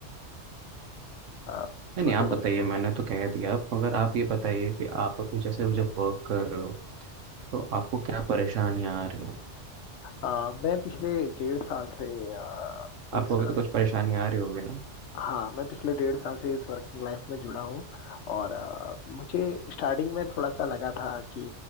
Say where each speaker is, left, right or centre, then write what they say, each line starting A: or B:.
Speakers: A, on the left (about 70°); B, on the right (about 85°).
A: अ,
B: नहीं
A: सो
B: नहीं आप
A: जैसे
B: बताइए मैंने तो कह दिया मगर आप ये बताइए कि आप अभी जैसे जब वर्क कर रहे हो तो आपको क्या परेशानियाँ आ रही हो
A: अ, मैं पिछले डेढ़ साल से अ,
B: आपको
A: इस
B: अभी तो कुछ परेशानी आ रही होगी ना
A: हाँ मैं पिछले डेढ़ साल से इस वर्किंग लाइफ में जुड़ा हूँ और अ, मुझे स्टार्टिंग में थोड़ा सा लगा था कि